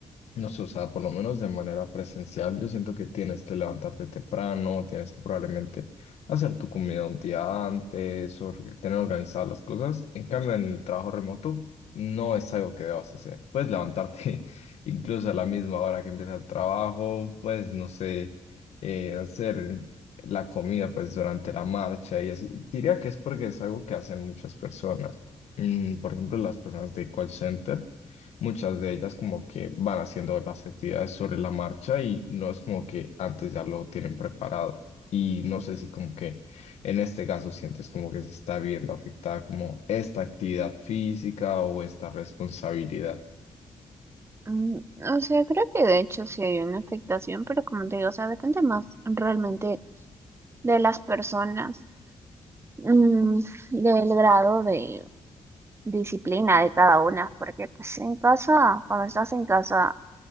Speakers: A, on the left; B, on the right.
A: No sé, o sea, por lo menos de manera presencial, yo siento que tienes que levantarte temprano, tienes que probablemente hacer tu comida un día antes, or- tener organizadas las cosas. En cambio, en el trabajo remoto no es algo que debas hacer. Puedes levantarte <laughs> incluso a la misma hora que empieza el trabajo, pues no sé, eh, hacer la comida pues durante la marcha y así. Diría que es porque es algo que hacen muchas personas. Mm, por ejemplo, las personas de call center. Muchas de ellas como que van haciendo las actividades sobre la marcha y no es como que antes ya lo tienen preparado. Y no sé si como que en este caso sientes como que se está viendo afectada como esta actividad física o esta responsabilidad.
B: Mm, O sea, creo que de hecho sí hay una afectación, pero como te digo, o sea, depende más realmente de las personas, mm, del grado de disciplina de cada una, porque pues en casa, cuando estás en casa,